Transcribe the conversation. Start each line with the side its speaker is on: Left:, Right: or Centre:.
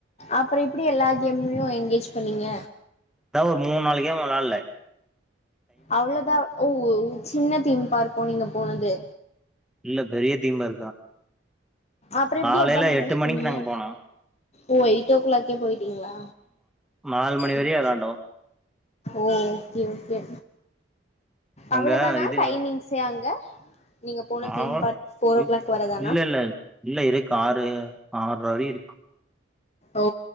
Left: அப்பறம் இப்டி எல்லா கேம்லயும் எனங்கேஜ் பண்ணீங்க
Centre: அதான் ஒரு மூணு நாலு கேம் விளையாடுலா
Left: அவ்ளத ஒவ் சின்ன தீம் பார்க்கோ நீங்க போனது
Centre: இல்ல பெரிய தீம்பர் தான்
Left: அப்றோ எப்டி
Centre: காலையில
Left: அதா மேனேஜ்
Centre: எட்டு மணிக்கு
Left: பண்ணீங்க
Centre: நாங்க போனோம்
Left: ஓ ஒயிடோ களாக்கே போயிட் டிங்களா
Centre: நாலு மணி வரையு
Left: ம்
Centre: வெளாண்டோ
Left: ஓ-ஓகே-ஓகே
Centre: அங்க
Left: அவ்ளோதானா
Centre: இது
Left: டைமிங்ஸே அங்க நீங்க போன தீம்
Centre: ஆவ
Left: பார்க் போர் ஓ
Centre: இல்
Left: கிளாக் வரதானா
Centre: இல்ல இல்ல இல்ல இருக் ஆறு ஆர்ற வரியருக்கு
Left: ஓ